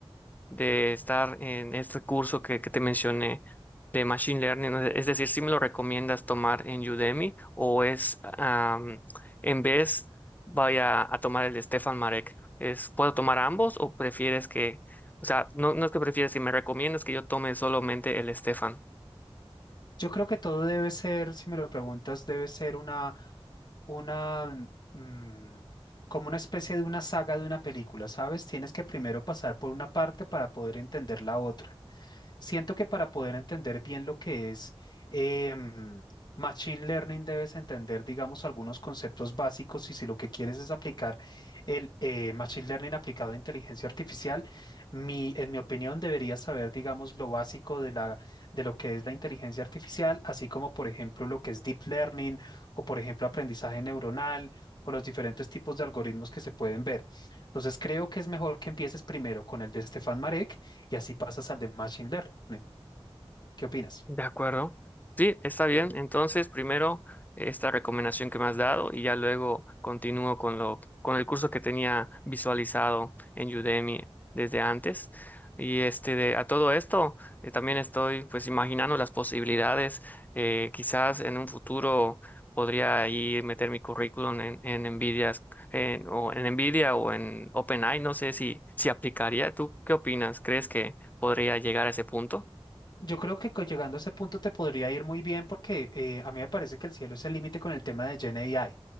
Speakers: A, on the left; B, on the left.
A: de estar en este curso que, que te mencioné de Machine Learning? ¿no? Es decir, si me lo recomiendas tomar en Udemy o es am, en vez vaya a tomar el de Stefan Marek? ¿Es, puedo tomar ambos o prefieres que, o sea, no, no es que prefieres, si me recomiendas que yo tome solamente el Stefan?
B: Yo creo que todo debe ser, si me lo preguntas, debe ser una, una, mm, como una especie de una saga de una película, ¿sabes? Tienes que primero pasar por una parte para poder entender la otra. Siento que para poder entender bien lo que es em, Machine Learning debes entender, digamos, algunos conceptos básicos y si lo que quieres es aplicar el eh, Machine Learning aplicado a inteligencia artificial, mi, en mi opinión deberías saber, digamos, lo básico de la, de lo que es la inteligencia artificial, así como, por ejemplo, lo que es Deep Learning o, por ejemplo, aprendizaje neuronal o los diferentes tipos de algoritmos que se pueden ver. Entonces, creo que es mejor que empieces primero con el de Stefan Marek y así pasas al de Machine Learning. ¿Qué opinas?
A: De acuerdo. Sí, está bien. Entonces, primero esta recomendación que me has dado y ya luego continúo con lo, con el curso que tenía visualizado en Udemy desde antes. Y este, de- a todo esto, eh, también estoy pues imaginando las posibilidades. eh, quizás en un futuro podría ahí meter mi currículum en, en Nvidia, en- o en Nvidia o en OpenAI. No sé si, si aplicaría. ¿Tú qué opinas? ¿Crees que podría llegar a ese punto?
B: Yo creo que co- llegando a ese punto te podría ir muy bien porque eh, a mí me parece que el cielo es el límite con el tema de Gen AI.